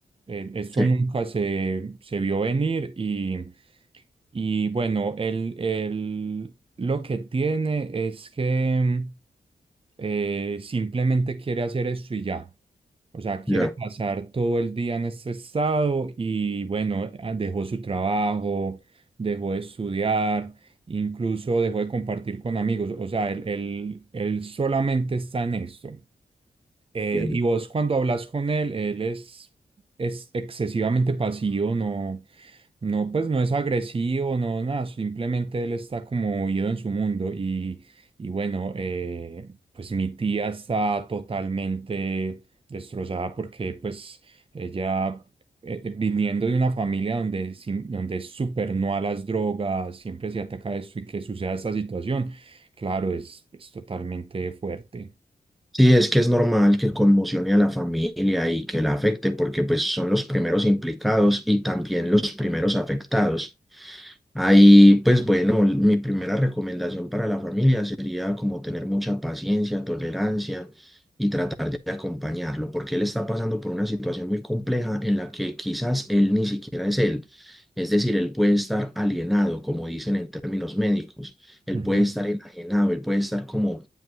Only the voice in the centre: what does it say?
Sí,
ya
entiendo.
Sí, es que es normal que conmocione a la familia y que la afecte, porque pues son los primeros implicados y también los primeros afectados. Ahí, pues bueno, mi primera recomendación para la familia sería como tener mucha paciencia, tolerancia y tratar de acompañarlo, porque él está pasando por una situación muy compleja en la que quizás él ni siquiera es él. Es decir, él puede estar alienado, como dicen en términos médicos, él
puede estar enajenado, él puede estar como,